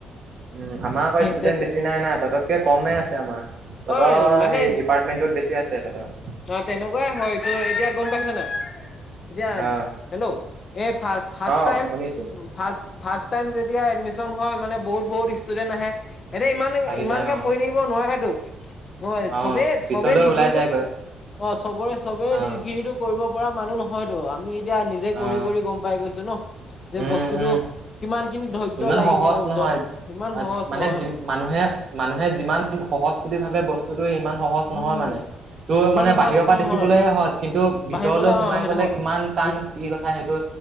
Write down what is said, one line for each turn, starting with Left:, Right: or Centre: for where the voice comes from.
Right: উ আমাৰ আকৌ ষ্টুডেন্ট
Left: তেতে
Right: বেছি নাই নাই। তহঁততকে কমেই আছে আমাৰ। তহঁতৰ
Left: অ' মানে
Right: সেই ডিপাৰ্টমেণ্টটোত বেছি আছে তহঁতৰ।
Left: অ তেনেকুৱাই হয় তোৰ এতিয়া গম পাইছ নাই? এতিয়া
Right: অ',
Left: হেল্ল' এই ফ ফাষ্ট
Right: অ',
Left: টাইম,
Right: শুনিছোঁ।
Left: ফাষ্ট-ফাষ্ট টাইম যেতিয়া এডমিশন হয় মানে বহুত বহুত ষ্টুডেন্ট আহে সিহঁতে ইমান
Right: আহি
Left: ইমানকে
Right: যায় অ',
Left: পঢ়ি থাকিব নোৱেতো। হয়
Right: অ',
Left: চবেই
Right: পিছলৈ
Left: চবে ডিগ্ৰীটো
Right: ওলাই যায়গৈ
Left: অ চবৰে চবেই
Right: অ',
Left: ডিগ্ৰীটো কৰিব পৰা মানুহ নহয়তো। আমি এতিয়া নিজে কৰি
Right: অ'।
Left: কৰি গম পাই গৈছো ন। যে
Right: উম,
Left: বস্তুতটো
Right: উম,
Left: কিমান খিনি ধৈৰ্যয়
Right: ইমান
Left: লাগিব
Right: সহজ
Left: ন
Right: নহয়।
Left: ইমান
Right: আজ-
Left: সহজ
Right: মানে
Left: নহয়।
Right: যি মানুহে মানুহে যিমান সহজ বুলি ভাবে বস্তু ত ত ইমান সহজ
Left: উম
Right: নহয় মানে। তোৰ
Left: ইমান
Right: মানে
Left: সহজ
Right: বাহিৰৰ পৰা
Left: নহয়
Right: দেখিবলৈহে সহজ। কিন্তু ভিতৰলৈ
Left: বাঢ়ি পেলাই
Right: সোমাই
Left: অ সেইটো
Right: গ'লে
Left: হয়
Right: কিমান টান কি কথা সেইটো